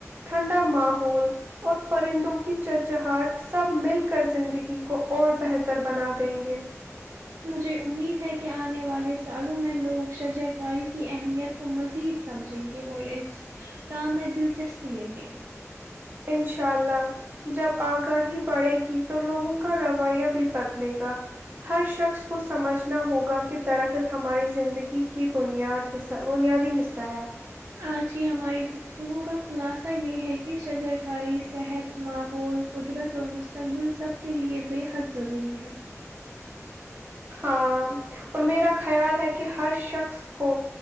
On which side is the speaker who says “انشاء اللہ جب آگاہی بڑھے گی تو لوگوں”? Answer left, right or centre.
Right